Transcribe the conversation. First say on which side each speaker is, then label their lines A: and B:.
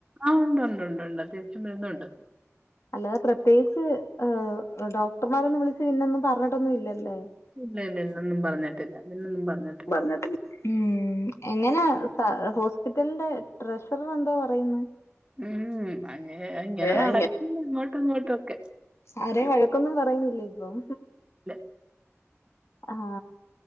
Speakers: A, on the right; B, on the left.
A: ആഹ് ഉണ്ട് ഉണ്ട് ഉണ്ട് ഉണ്ട് അത്യാവശ്യം വരുന്നുണ്ട്
B: അല്ലാതെ പ്രത്യേകിച്ച് ഹ് ഡോക്ടർമാരൊന്നും വിളിച്ച് പിന്നൊന്നും പറഞ്ഞട്ടൊന്നും ഇല്ലല്ലേ
A: ഇല്ല ഇല്ല ഇന്നൊന്നും പറഞ്ഞട്ടില്ല ഇന്നൊന്നും പറഞ്ഞട്ടില്ല
B: പറഞ്ഞിട്ടില്ല ഉം എങ്ങനാ സ ഹോസ്പിറ്റലിന്റെ ട്രഷറർ എന്തോ പറയുന്നു
A: ഉം അങ്ങ ഇങ്ങനെ
B: ഏ
A: നടക്കും
B: അങ്ങ
A: അങ്ങോട്ടും ഇങ്ങോട്ടും ഒക്കെ
B: ആരെയും വഴക്കൊന്നും പറയുന്നില്ല ഇപ്പം
A: ല്ല
B: ആഹാ